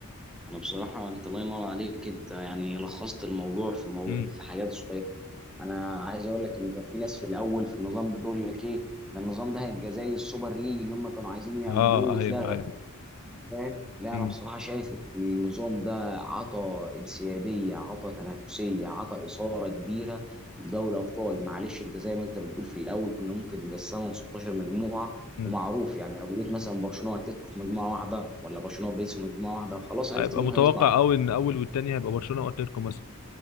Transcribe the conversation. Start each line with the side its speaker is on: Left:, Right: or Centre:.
Centre: انا بصراحه انت الله ينور عليك انت يعني لخصت الموضوع في مو...
Left: امم
Centre: في حياه صغيره انا عايز اقول لك ان كان في ناس في الاول في النظام ده تقول لك ايه ده النظام ده هيبقى زي السوبر ليج اللي هم كانوا عايزين يعملوه
Left: اه
Centre: واتلغى
Left: ايوه ايوه
Centre: فاهم لا
Left: امم
Centre: انا بصراحه شايف ان النظام ده عطى انسيابيه عطى تنافسيه عطى اثاره كبيره لدوري ابطال معلش انت زي ما انت بتقول في الاول كنا ممكن نقسمهم 16 مجموعه
Left: امم
Centre: ومعروف يعني لو جيت مثلا برشلونه واتلتيكو في مجموعه واحده ولا برشلونه وباريس في مجموعه واحده خلاص عرفت
Left: هيبقى
Centre: مين
Left: متوقع
Centre: هيصعد
Left: قوي ان اول والتاني هيبقى برشلونه واتلتيكو مثلا